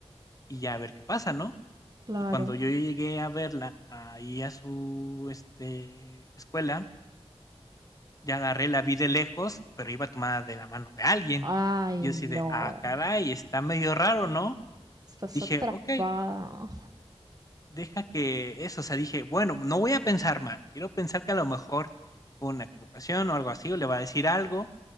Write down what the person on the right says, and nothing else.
Claro,
Ay,
no.
Estás
atrapada.